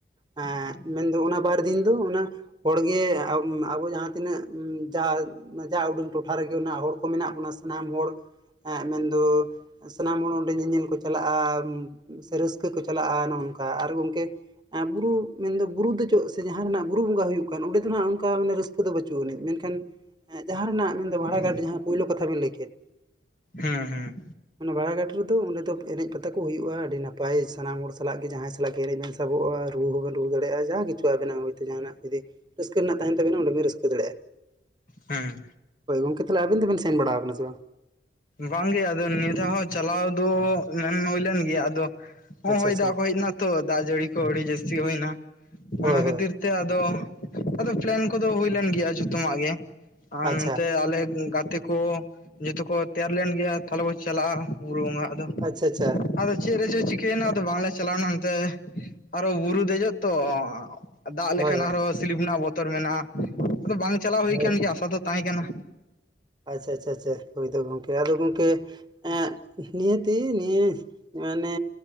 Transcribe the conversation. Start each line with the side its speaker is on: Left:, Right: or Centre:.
Right: ᱮᱸ
Left: ᱦᱮᱸ
Right: ᱢᱮᱱᱫᱚ ᱚᱱᱟ ᱵᱟᱨ ᱫᱤᱱ ᱫᱚ ᱚᱱᱟ ᱦᱚᱲᱜᱮ ᱟ ᱟᱵᱚ ᱡᱟᱦᱟᱸ ᱛᱤᱱᱟᱹᱜ ᱡᱟᱦᱟᱸ ᱡᱟ ᱩᱰᱟᱹᱝ ᱴᱚᱴᱷᱟ ᱨᱮᱜᱮ ᱚᱱᱟ ᱦᱚᱲ ᱠᱚ ᱢᱮᱱᱟᱜ ᱵᱚᱱᱟ ᱥᱟᱱᱟᱢ ᱦᱚᱲ ᱢᱮᱱᱫᱚ ᱥᱟᱱᱟᱢ ᱦᱚᱲ ᱚᱸᱰᱮ ᱧᱮᱧᱮᱞ ᱠᱚ ᱪᱟᱞᱟᱜᱼᱟ ᱥᱮ ᱨᱟᱹᱥᱠᱟᱹ ᱠᱚ ᱪᱟᱞᱟᱜᱼᱟ ᱱᱚᱜᱼ ᱱᱚᱝᱠᱟ ᱟᱨ ᱜᱚᱢᱠᱮ ᱟᱨ ᱵᱩᱨᱩ ᱢᱮᱱᱫᱚ ᱵᱩᱨᱩ ᱫᱮᱡᱚᱜ ᱥᱮ ᱡᱟᱦᱟᱸ ᱨᱮᱱᱟᱜ ᱵᱩᱨᱩ ᱵᱚᱸᱜᱟ ᱦᱩᱭᱩᱜ ᱠᱟᱱ ᱚᱸᱰᱮ ᱫᱚ ᱦᱟᱜ ᱚᱱᱠᱟ ᱢᱟᱱᱮ ᱨᱟᱹᱥ ᱨᱟᱥᱠᱟᱹ ᱫᱚ ᱵᱟᱹᱪᱩᱜ ᱟᱹᱱᱤᱡ ᱢᱮᱱᱠᱷᱟᱱ ᱡᱟᱦᱟᱸ ᱨᱮᱱᱟᱜ ᱢᱮᱱᱫᱚ ᱵᱷᱟᱲᱟ
Left: ᱦᱩᱸ
Right: ᱜᱷᱟᱴ ᱡᱟᱦᱟᱸ ᱯᱳᱭᱞᱳ ᱠᱟᱛᱷᱟ ᱵᱮᱱ ᱞᱟᱹᱭ ᱠᱮᱫ
Left: ᱦᱩᱸ ᱦᱩᱸ
Right: ᱚᱱᱟ ᱵᱟᱲᱟᱜᱟᱴ ᱨᱮᱫᱚ ᱚᱸᱰᱮ ᱫᱚ ᱮᱱᱮᱡ ᱯᱟᱛᱟ ᱠᱚ ᱦᱩᱭᱩᱜᱼᱟ ᱟᱹᱰᱤ ᱱᱟᱯᱟᱭ ᱥᱟᱱᱟᱢ ᱦᱚᱲ ᱥᱟᱞᱟᱜ ᱜᱮ ᱡᱟᱦᱟᱸᱭ ᱥᱟᱞᱟᱜ ᱜᱮ ᱮᱱᱮᱡ ᱵᱮᱱ ᱥᱟᱵᱚᱜᱼᱟ ᱨᱩ ᱦᱚᱸᱵᱮᱱ ᱨᱩ ᱫᱟᱲᱮᱭᱟᱜᱼᱟ ᱡᱟ ᱠᱤᱪᱷᱩ ᱟᱵᱮᱱᱟᱜ ᱦᱚᱭᱳ ᱡᱟᱦᱟᱱᱟᱜ ᱡᱚᱫᱤ ᱨᱟᱹᱥᱠᱟᱹ ᱨᱮᱱᱟᱜ ᱛᱟᱦᱮᱸ ᱛᱟᱵᱤᱱᱟ ᱚᱰᱮ ᱵᱤᱱ ᱨᱟᱹᱠᱟᱹ ᱫᱟᱲᱮᱭᱟᱜᱼᱟ
Left: ᱦᱩᱸ
Right: ᱦᱳ ᱜᱚᱝᱠᱮ ᱛᱟᱦᱮ ᱟᱵᱤᱱ ᱫᱟᱜ ᱵᱤᱱ ᱥᱮᱱ ᱵᱟᱲᱟᱣ ᱠᱟᱱᱟ ᱥᱮ ᱵᱟᱝ?
Left: ᱵᱟᱝᱜᱮ ᱟᱫᱚ ᱱᱤᱣᱟ ᱫᱷᱟᱣ ᱦᱚᱸ ᱪᱟᱞᱟᱣ ᱫᱚ ᱢᱮᱱ ᱦᱩᱭᱞᱮᱱ ᱜᱮᱭᱟ ᱟᱫᱚ ᱦᱚᱸ
Right: ᱟᱪᱪᱷᱟ
Left: ᱦᱚᱭ
Right: ᱟᱪᱪᱷᱟ
Left: ᱫᱟᱜ ᱠᱚ ᱦᱮᱡ ᱮᱱᱟ ᱛᱚ ᱫᱟᱜ ᱡᱟᱹᱲᱤ ᱠᱚ ᱟᱹᱰᱤ ᱡᱟᱹᱥᱛᱤ ᱦᱩᱭ ᱱᱟ ᱚᱱᱟ
Right: ᱦᱳᱭ
Left: ᱠᱷᱟᱹᱛᱤᱨ
Right: ᱦᱳᱭ
Left: ᱛᱮ ᱟᱫᱚ ᱟᱫᱚ ᱯᱮᱞᱮᱱ ᱠᱚᱫᱚ ᱦᱩᱭ ᱞᱮᱱ ᱜᱮᱭᱟ ᱡᱷᱚᱛᱚ ᱢᱟᱜ ᱜᱮ ᱟᱨ
Right: ᱟᱪᱪᱷᱟ
Left: ᱱᱚᱛᱮ ᱟᱞᱮ ᱜᱟᱛᱮ ᱠᱚ ᱡᱚᱛᱚ ᱠᱚ ᱛᱮᱭᱟᱨ ᱞᱮᱱ ᱜᱮᱭᱟ ᱛᱟᱦᱚᱞᱮ ᱵᱚᱱ ᱪᱟᱞᱟᱜᱼᱟ ᱵᱩᱨᱩ ᱵᱚᱸᱜᱟ ᱟᱫᱚ
Right: ᱟᱪᱪᱷᱟ ᱟᱪᱪᱷᱟ
Left: ᱟᱫᱚ ᱪᱮᱫ ᱨᱮ ᱪᱚ ᱪᱤᱠᱟᱹᱭᱮᱱᱟ ᱟᱫᱚ ᱵᱟᱝᱞᱮ ᱪᱟᱞᱟᱣᱮᱱᱟ ᱚᱱᱛᱮ ᱟᱨᱚ ᱵᱩᱨᱩ ᱫᱮᱡᱚᱜ ᱛᱚ ᱫᱟᱜ ᱞᱮᱠᱷᱟᱱ
Right: ᱦᱳᱭ
Left: ᱟᱨᱦᱚᱸ ᱥᱤᱞᱤᱯ ᱨᱮᱱᱟᱜ ᱵᱚᱛᱚᱨ ᱢᱮᱱᱟᱜᱼᱟ ᱟᱫᱚ ᱵᱟᱝ ᱪᱟᱞᱟᱣ ᱦᱩᱭ
Right: ᱦᱳᱭ
Left: ᱟᱠᱟᱱ ᱜᱮᱭᱟ ᱟᱥᱟ ᱫᱚ ᱛᱟᱦᱮᱸ ᱠᱟᱱᱟ
Right: ᱟᱪᱪᱷᱟ ᱟᱪᱪᱷᱟ ᱟᱪᱪᱷᱟ ᱦᱳᱭ ᱫᱚ ᱜᱚᱝᱠᱮ ᱟᱫᱚ ᱜᱚᱝᱠᱮ ᱮ ᱱᱤᱭᱟᱹᱛᱤ ᱱᱤᱭᱟᱹ ᱢᱟᱱᱮ